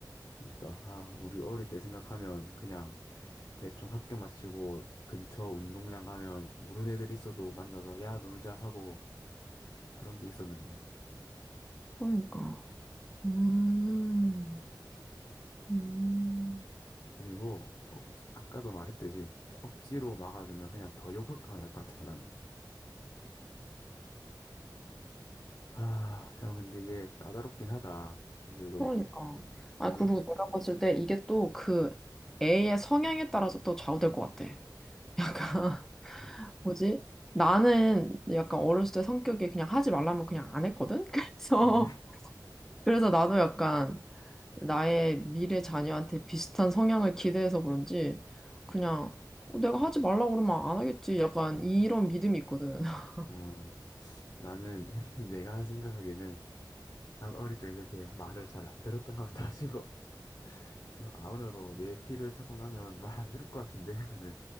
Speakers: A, on the left; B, in the centre.
A: 그러니까 아, 우리 어릴 때 생각하면 그냥 대충 학교 마치고 근처 운동장 가면 모르는 애들 있어도 만나서 야 놀자 하고 그런 게 있었는데.
B: 그러니까. 음, 음,
A: 그리고 억지 아까도 말했듯이 억지로 막아두면 그냥 더 욕할 거날것 같아서 나는. 아, 형, 근데 이게 까다롭긴 하다. 우리도
B: 그러니까.
A: 지금,
B: 아, 그리고 내가 봤을 때 이게 또 그 애의 성향에 따라서 또 좌우될 것 같아. 약간, <laughs>
A: 음,
B: 뭐지? 나는 약간 어렸을 때 성격이 그냥 하지 말라면 그냥 안 했거든? <laughs> 그래서,
A: 음,
B: 그래서 나도 약간, 나의 미래 자녀한테 비슷한 성향을 기대해서 그런지 그냥
A: <laughs>
B: 어, 내가 하지 말라고 그러면 안 하겠지. 약간 이런 믿음이 있거든. <laughs>
A: 음, 나는 <laughs> 내가 생각하기에는 난 어릴 적에 그렇게 말을 잘 안 들었던 것 같아가지고, 그래서 아무래도 내 피를 타고 나면 말 안 들을 것 같은데, 라는